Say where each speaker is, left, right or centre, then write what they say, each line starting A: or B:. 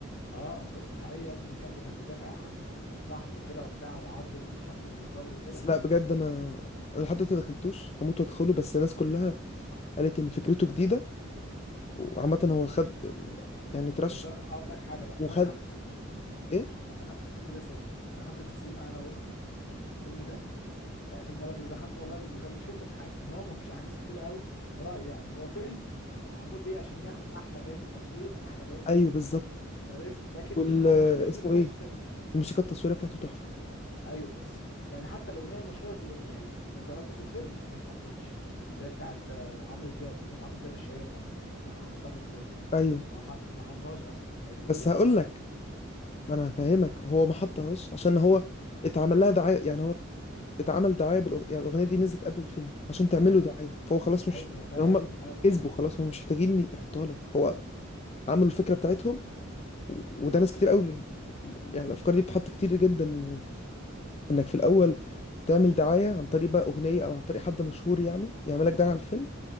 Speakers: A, on the left (about 60°); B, on the left (about 30°).
A: اه قصه حقيقيه يا ابني ان كلب كان بيدافع عن آه، صاحبه وكده وبتاع وعض الشخص اللي بيضربه وكده
B: بس لا بجد انا انا لحد دلوقتي دخلتوش هموت وادخله بس الناس كلها قالت ان فكرته جديدة وعامة هو خد يعني ترشح
A: بس انا اقول لك حاجه بقى
B: وخد
A: انا دخلت فيلم
B: ايه
A: انا دخلت الفيلم ده سينما دخلته في السينما انا واختي الفيلم ده يعني فيلم رامبو ده دخلته والله وكان مشكلته في حاجه ان هو ما فيهوش احداث كتير قوي في رايي يعني هو فيلم معمول ليه عشان ياخد احلى جايزه تصوير احلى جايزه
B: ايوه بالظبط
A: سيناريست لكن
B: وال
A: مش مع-
B: آه،
A: مش فيلم
B: اسمه
A: تخش
B: ايه
A: سينما
B: الموسيقى التصويرية بتاعته تحفة
A: ايوه بس يعني حتى الاغنيه المشهوره في الاغنيه في قصدي في الفيلم ما اتحطتش اللي هي بتاعت آه، عمرو دياب اغنيه عمرو دياب الشهيره بتاعت ال- اللي حطها في الفيلم
B: ايوه
A: ما ح- ما حطهاش اصلا فاهمني
B: بس هقول لك انا هفهمك هو ما حطهاش عشان هو اتعمل لها دعايه يعني هو اتعمل دعايه بالأغ... يعني الاغنيه دي نزلت قبل الفيلم عشان تعمل
A: انا
B: له دعايه فهو خلاص
A: ايوه
B: مش
A: انا فاهم
B: يعني هم
A: انا ك-
B: كسبوا خلاص هم مش محتاجين يحطها لك هو عملوا الفكره بتاعتهم و... وده ناس كتير قوي ب- يعني الافكار دي بتحط كتير جدا انك في الاول تعمل دعايه عن طريق بقى اغنيه او عن طريق حد مشهور يعني يعمل لك دعايه على الفيلم